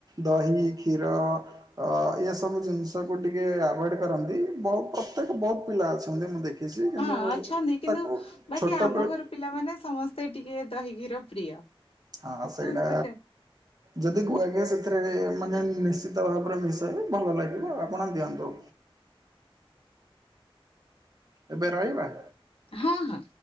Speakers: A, on the right; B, on the left.
A: ଦହି, କ୍ଷୀର। ଅ ଏ ସବୁ ଜିନିଷକୁୁ ଟିକେ ଆଭଏଡ କରନ୍ତି ବହୁତ ପ୍ରତ୍ୟେକ ବହୁତ ପିଲା ଅଛନ୍ତି ମୁଁ ଦେଖ ବେଶି କିନ୍ତୁ
B: ହଁ ଅଛନ୍ତି କିନ୍ତୁ
A: ତାକୁ
B: ବାକି
A: ଛୋଟବେଳୁ
B: ଆମ ଘର ପିଲାମାନେ ସମସ୍ତେ ଟିକେ ଦହି, କ୍ଷୀର, ପ୍ରିୟ।
A: ହଁ ସେଇଟା
B: ସମସ୍ତେ ଖା
A: ଯଦି ଗୁଆଘିଅ ସେଥିରେ ମାନେ ମିସି ତା ଉପରେ ମିଶେଇବେ ଭଲ ଲାଗିବ ତ ଆପଣ ଦିଅନ୍ତୁ। ଏବେ ରହିବା?
B: ହଁ-ହଁ।